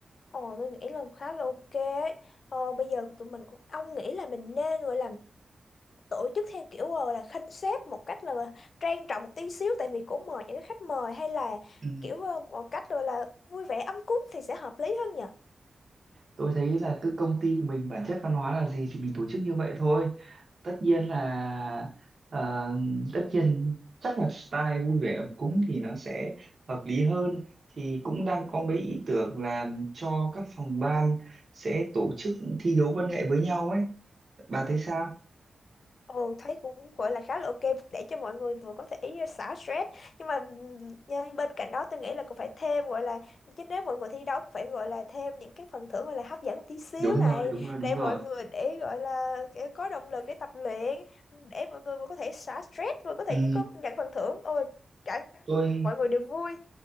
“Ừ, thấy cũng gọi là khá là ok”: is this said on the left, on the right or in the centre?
Left